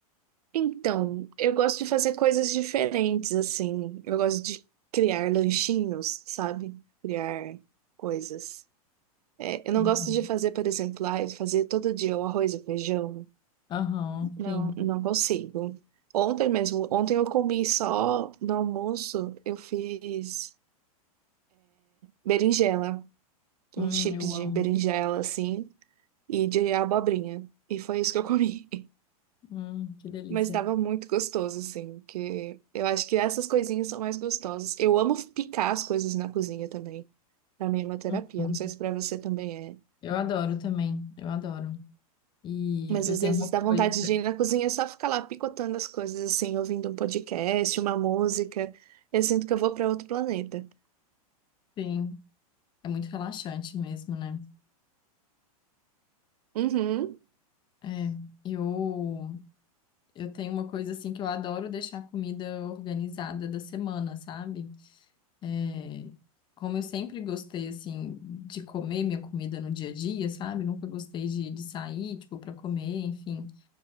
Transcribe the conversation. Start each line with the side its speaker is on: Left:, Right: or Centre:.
Right: Então, eu gosto de fazer coisas diferentes, assim. Eu gosto de criar lanchinhos, sabe? Criar coisas. É, eu não
Left: Uhum.
Right: gosto de fazer, por exemplo, ah, fazer todo dia o arroz e feijão.
Left: Aham,
Right: Não,
Left: sim.
Right: não consigo. Ontem mesmo, ontem eu comi só no almoço, eu fiz berinjela,
Left: Hum,
Right: uns chips
Left: eu
Right: de
Left: amo.
Right: berinjela, assim, e de abobrinha. E foi isso que eu comi.
Left: Hum, que delícia.
Right: Mas estava muito gostoso, assim, que eu acho que essas coisinhas são mais gostosas. Eu amo picar as coisas na cozinha também. Pra mim é uma terapia,
Left: Uhum.
Right: não sei se pra você também é.
Left: Eu adoro também, eu adoro. E
Right: Mas
Left: eu
Right: às
Left: tenho
Right: vezes
Left: uma
Right: dá
Left: coisa,
Right: vontade de ir na cozinha e só ficar lá picotando as coisas, assim, ouvindo um podcast, uma música. Eu sinto que eu vou pra outro planeta.
Left: sim, é muito relaxante mesmo, né?
Right: Uhum,
Left: É, eu, eu tenho uma coisa assim que eu adoro deixar a comida organizada da semana, sabe? É, como eu sempre gostei, assim, de comer minha comida no dia a dia, sabe? Nunca gostei de, de sair, tipo, para comer, enfim.